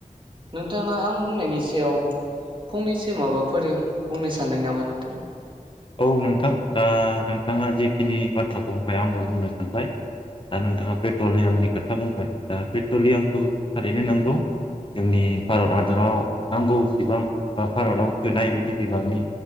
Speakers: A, on the right; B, on the left.
A: नोंथाङा आं बुंनायनि सायाव फंनैसो माबाफोर बुंनो सानदों नामा नोंथां
B: औ नोंथां दा नोंथाङा जेखिनि बाथ्राखौ बुंबाय आंबो बुंनो सानबाय दा नोंथाङा पेट्रलियामनि खोथा बुंबाय दा पेट्रलियामखौ थारैनो नोंगौ जोंनि भारत हादराव नांगौसेबां बा भारताव थोनाय बिदि बिबांनि